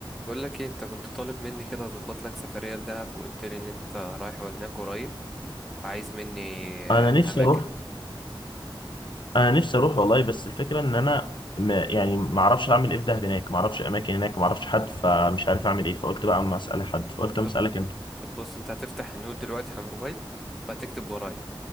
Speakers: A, in the centre; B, on the left (about 60°).
A: بقول لك ايه انت كنت طالب مني كده اظبط لك سفريه لدهب وقلت لي ان انت رايح هناك قريب وعايز مني
B: انا
A: آه،
B: نفسي
A: اماكن
B: اروح انا نفسي اروح والله بس الفكره ان انا ما يعني ما اعرفش اعمل ايه في دهب هناك ما اعرفش اماكن هناك ما اعرفش حد فمش عارف اعمل ايه فقلت بقى اما اسال حد فقلت اما
A: طب
B: اسالك انت
A: طب بص انت هتفتح النوت دلوقتي على الموبايل وهتكتب ورايا